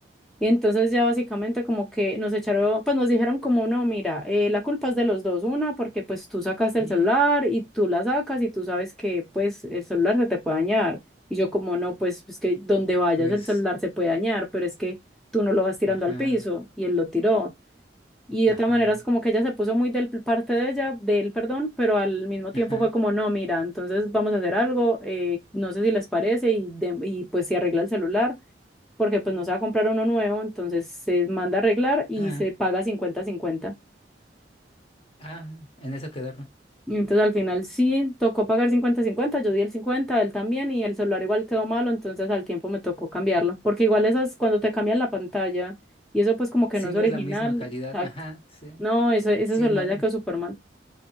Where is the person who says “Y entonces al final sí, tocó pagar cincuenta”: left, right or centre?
Centre